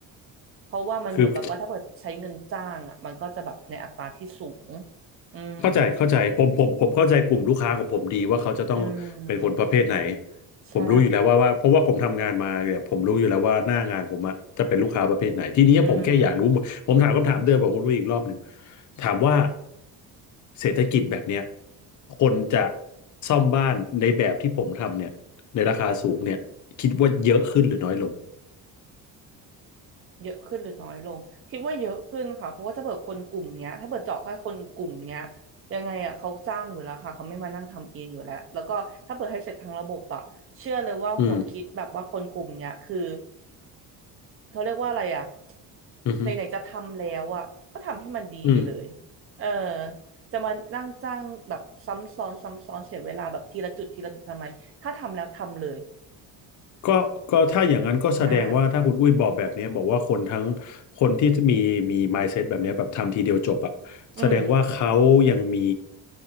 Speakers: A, on the right (about 35°); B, on the left (about 50°).
A: เพราะว่ามันเหมือนแบบว่าถ้าเกิดใช้เงินจ้างอ่ะมันก็จะแบบในอัตราที่สูง
B: คือ
A: อืม
B: เข้าใจเข้าใจผมผมผมเข้าใจกลุ่มลูกค้าของผมดีว่าเขาจะต้องเป็นคนประเภทไหน
A: อืมใช่
B: ผมรู้อยู่แล้วว่าว่าเพราะว่าผมทำงานมาเนี่ยผมรู้อยู่แล้วว่าหน้างานผมอะจะเป็นลูกค้าประเภทไหนทีนี้ผมแค่อยากรู้หมดผมถามคำถามเดิมกับคุณรู้ยอีกรอบหนึ่ง
A: อืม
B: ถามว่าเศรษฐกิจแบบเนี้ยคนจะซ่อมบ้านในแบบที่ผมทำเนี่ยในราคาสูงเนี่ยคิดว่าเยอะขึ้นหรือน้อยลง
A: เยอะขึ้นหรือน้อยลงคิดว่าเยอะขึ้นค่ะเพราะว่าถ้าเปิดคนกลุ่มเนี้ยถ้าเปิดเจาะแค่คนกลุ่มเนี้ยยังไงอ่ะเขาจ้างอยู่แล้วค่ะเขาไม่มานั่งทำเองอยู่แล้วแล้วก็ถ้าเปิดให้เสร็จทางระบบอ่ะเชื่อเลยว่าหัวคิดแบบว่าคนกลุ่มเนี้ยคือ
B: อืม
A: เขาเรียกว่าอะไรอ่ะ
B: อืมอฮึ
A: ไหนๆจะทำแล้วอ่ะก็ทำให้มันดีไปเลย
B: อืม
A: เออจะมานั่งจ้างแบบซ้ำซ้อนซ้ำซ้อนเสียเวลาแบบทีละจุดทีละจุดทำไมถ้าทำแล้วทำเลย
B: ก็ก็ถ้าอย่างนั้นก็แสดงว่าถ้าคุณอุ้ยบอกแบบเนี้ยบอกว่าคนทั้ง
A: อ่า
B: คนที่มีมี mindset แบบเนี้ยแบบทำทีเดียวจบอะแสดงว่าเขายังมี
A: อืม